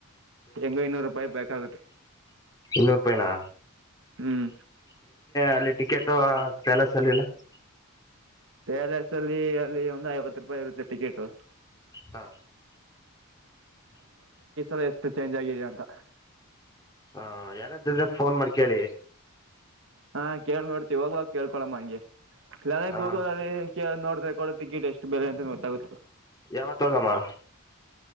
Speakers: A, on the right; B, on the left.
A: ಹೆಂಗೋ ಇನ್ನೂರು ರೂಪಾಯಿ ಬೇಕಾಗುತ್ತೆ.
B: ಇನ್ನೂರು ರೂಪಾಯಿ ನಾ.
A: ಹ್ಮ್.
B: ಅಲ್ಲಿ ಟಿಕೆಟ್ ಪ್ಯಾಲಸ್ ಅಲ್ಲಿಲ್ಲ.
A: ಪೇರ್ಲಸ್ ಅಲ್ಲಿ ಅಲ್ಲಿ ಒಂದು್ ಐವತ್ತು ರೂಪಾಯಿ ಇರುತ್ತೆ ಟಿಕೆಟ್.
B: ಹಾ.
A: ಲ ಎಷ್ಟು ಚೇಂಜ್ ಆಗಿದೆ ಅಂತ.
B: ಹ ಯಾರ್ದಿದ್ರೆ ಫೋನ್ ಮಾಡಿ ಕೇಳಿ.
A: ಹಾ ಕೇಳಳ್ನೋಡ್ತಿವಿ ಹೋಗುವಾಗ ಕೇಳ್ಕೊಳಮ್ಮ ಹಂಗೆ. ಇಲ್ಲಾಂದ್ರೆ
B: ಹ
A: ಗೂಗಲ ಅಲ್ಲಿ ನೋಡ್ರೆ ಕೊಡ ಟಿಕೆಟ್ ಎಷ್ಟು ಬೆಲೆ ಅಂತ ಗೊತ್ತಾಗುತ್ತಲ್ಲ.
B: ಯಾವತ್ ಹೋಗಮ್ಮ.